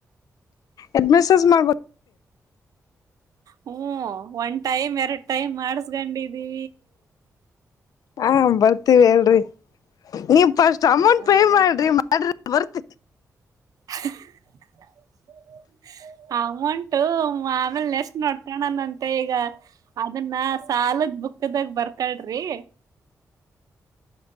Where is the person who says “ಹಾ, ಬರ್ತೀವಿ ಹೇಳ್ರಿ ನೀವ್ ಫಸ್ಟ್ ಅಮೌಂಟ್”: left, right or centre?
Left